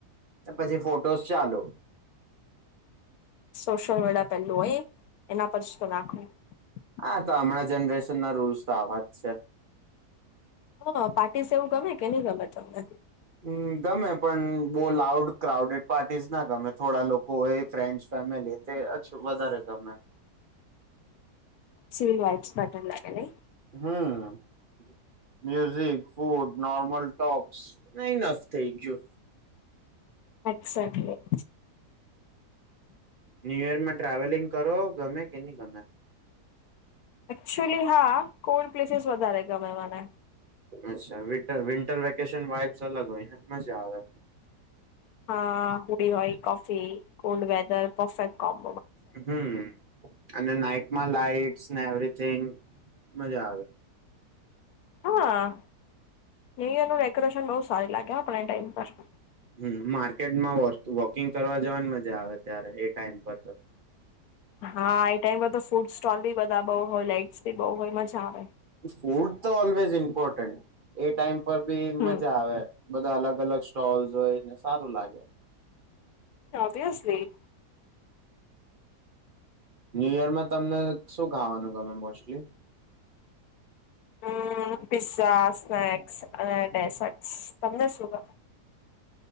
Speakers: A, on the right; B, on the left.
A: હું પછી ફોટોસ ચાલુ
B: સોશિયલ મીડિયા પેલું હોય એના પર શું નાખો <unintelligible>
A: હા તો હમણાં જનરેશન ના રૂલ્સ તો આવા જ છે.
B: હા પાર્ટી સેવ ગમે કે ની ગમે તમને
A: હું ગમે પણ બો લાઉડ ક્રાઉડેડ પાર્ટીસ ના ગમે થોડા લોકો હોય ફ્રેન્ડસ ફેમિલી <unintelligible> વધારે ગમે
B: સિવીલ <unintelligible> બટન લાગેલી
A: હું મ્યુઝિક ફૂડ નોર્મલ ટોક્સફ ઇનફ થઈ ગયું
B: એક્ઝેટલી.
A: ન્યૂયોર્કમાં ટ્રાવેલિંગ કરો ગમે કે ની ગમે?
B: એક્ચુલી હા કોલ્ડ પ્લેસીસ વધારે ગમે મને
A: અચ્છા <unintelligible> વિન્ટર વેકેશન વાઇબ્ અલગ હોય ને મજા આવે
B: હા હોડી હોય coffee cold weather perfect coffee
A: હું અને નાઈટમાં લાાઈટ એવરિથિંગ મજા આવે
B: હું હ <unintelligible> ડેકોરેશન બહું સારી લાગે <unintelligible> ટાઈમ પર
A: હું માર્કેટમાં વોકિંગ કરવા જવાની મજા આવે ત્યારે એ ટાઈમ પર તો
B: હા એ ટાઈમ પર તો ફૂડ સ્ટોલ બી બંધ બહુ હોય લાઇટસ ભી બહુ હોય મજા આવે
A: ફૂડ તો ઓલવેઝ ઇમ્પોર્ટન્ટ એ ટાઈમ ઉપર ભી
B: હમ
A: મજા આવે બધા અલગ અલગ સ્ટોલસ હોય ને સારું લાગે
B: ઓવિયસલી
A: ન્યૂયોર્કમાં તમને શું ખાવાનું ગમે મોસ્ટલી
B: <inaudible>